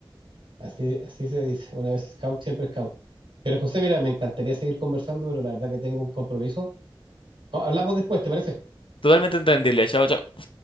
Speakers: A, on the right; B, on the left.
A: Así, así se dice. Una vez scout, siempre scout. Pero José, mira, me encantaría seguir conversando, pero la verdad que tengo un compromiso. Co- Hablamos después, ¿te parece?
B: Totalmente entendible. Chao, chao.